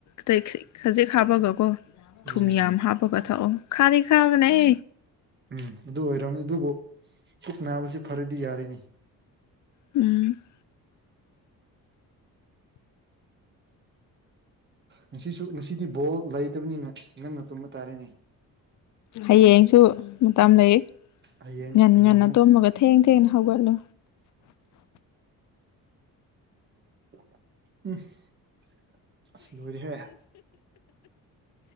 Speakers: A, on the left; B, on the right.
A: ꯇꯩ ꯈꯩ ꯈꯖꯤꯛ ꯍꯥꯞꯄꯒꯀꯣ ꯊꯨꯝ
B: ꯎꯝ
A: ꯌꯥꯝ ꯍꯥꯞꯄꯒ ꯊꯛꯑꯣ ꯈꯥꯗꯤ ꯈꯥꯕꯅꯦꯏ
B: ꯎꯝ ꯑꯗꯨ ꯑꯣꯏꯔꯝꯅꯤ ꯑꯗꯨꯕꯨ ꯄꯨꯛ ꯅꯥꯕꯁꯤ ꯐꯔꯗꯤ ꯌꯥꯔꯦꯅꯦ
A: ꯎꯝ
B: ꯉꯁꯤꯁꯨ ꯉꯁꯤꯗꯤ ꯕꯣꯜ ꯂꯩꯇꯕꯅꯤꯅ ꯉꯟꯅ ꯇꯨꯝꯕ ꯇꯥꯔꯦꯅꯦ
A: ꯍꯌꯦꯡꯁꯨ ꯃꯇꯝ ꯂꯩ
B: ꯍꯌꯦꯡ
A: ꯉꯟ
B: ꯍꯌꯦꯡꯃꯨꯛ
A: ꯉꯟꯅ ꯇꯨꯝꯃꯒ ꯊꯦꯡ ꯊꯦꯡꯅ ꯍꯧꯒꯠꯂꯣ
B: <unintelligible> ꯂꯣꯏꯔꯦꯍꯦ